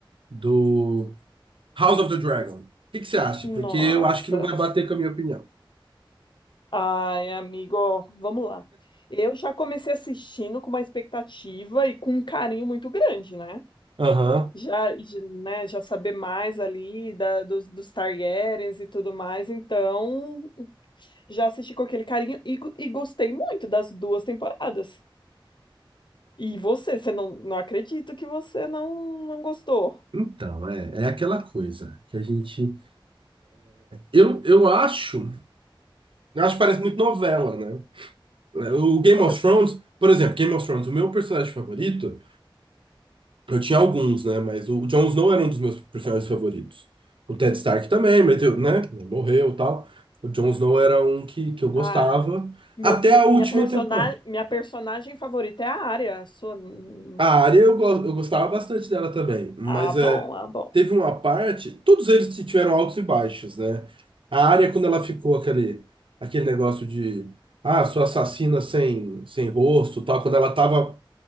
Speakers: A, on the right (about 70°); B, on the left (about 60°).
A: do House of the Dragon. O que que você acha?
B: Nossa.
A: Porque eu acho que não vai bater com a minha opinião.
B: Ai, amigo, ó, vamos lá. Eu já comecei assistindo com uma expectativa e com um carinho muito grande, né?
A: Aham.
B: Já, j- né, já saber mais ali da, dos, dos Targaryens e tudo mais, então já assisti com aquele carinho e, go- e gostei muito das duas temporadas. E você, você não, não acredito que você não, não gostou.
A: Então, é, é aquela coisa que a gente. Eu, eu acho. Eu acho que parece muito novela, né? O Game
B: Como
A: of
B: assim?
A: Thrones, por exemplo, Game of Thrones, o meu personagem favorito, eu tinha alguns, né? Mas o Jon Snow era um dos meus personagens favoritos. O Ted Stark também, meteu, né? Morreu e tal. O Jon Snow era um que, que eu gostava.
B: Ah, meu,
A: Até
B: meu-
A: a última
B: minha personagem,
A: temporada.
B: minha personagem favorita é a Arya. a Sua... hum,
A: A área eu, go- eu gostava bastante dela também, mas
B: Ah, bom,
A: é,
B: ah, bom.
A: teve uma parte, todos eles tiveram altos e baixos, né? A área, quando ela ficou aquele, aquele negócio de, ah, sou assassina sem, sem rosto, tal, quando ela tava